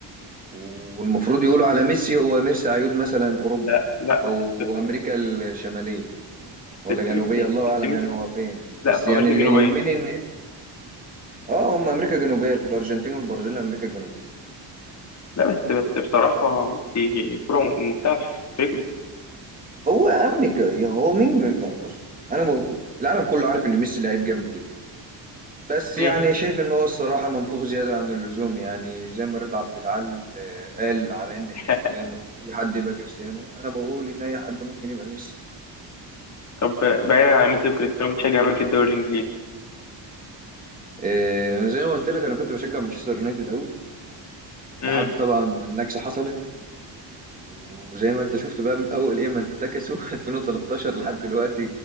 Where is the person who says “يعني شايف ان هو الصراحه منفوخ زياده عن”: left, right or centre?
Right